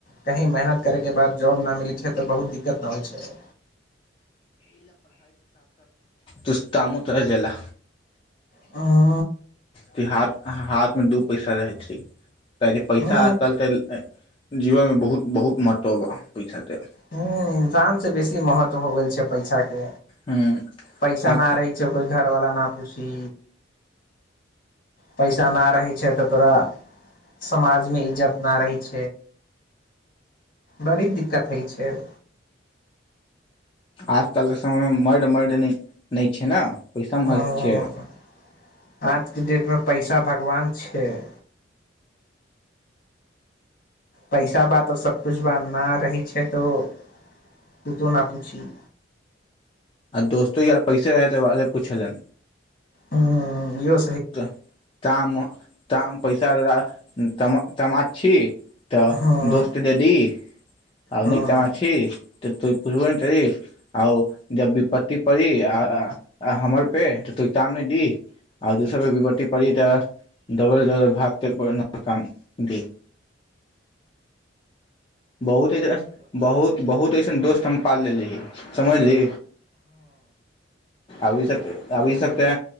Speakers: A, on the left; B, on the left.
A: कहीँ मेहनत करयके बाद जॉब नहि मिलै छै तऽ बहुत दिक्कत नहि होइ छै
B: तुस्ताम त जेल
A: आ
B: कि हाथ हाथ मे डूब पैसा रहैत छै क जे पैसा
A: ह
B: आल तऽ जीवन मे बहुत बहुत महत्व पैसाते
A: ह इंसान से बेसी महत्व हो गेल छै पैसा के
B: हूँ
A: पैसा
B: आ
A: न रहे छै कोई घर वाला न पूी पैसा नहि रहै छै तऽ तोरा समाजमे इज्जत नहि रहै छ बड़ी दिक्कत होइ छै फेर
B: आजकल समयमे मर्ड मर्द नहि छै ने पैसा मर
A: हँ
B: छै
A: आज के डेट मे पैसा भगवान छै छ पैसा सभ किछु छै न, रहैत छै तऽ तू नहि पुछिहें।
B: आ दोस्तो यार पैसे रहै तऽ बारसँ पुछलनि
A: ह यहो
B: त काम ताम पैसा दा मा तमा छी तऽ
A: हँ
B: दोस्त देदी आब
A: हँ
B: नहि तमा छी त तो पुछब ने ती आउ जब विपत्ति पड़ी आ अ हमर पे तऽ तु काम नहि दि आ जेसाबे विवरती पारिऽ दबल दबल भात त ब नड़ काम देि बहुत बहुत बहुत असन दोस्त हम पाल लेली समझली आब ई सभ सँ तऽ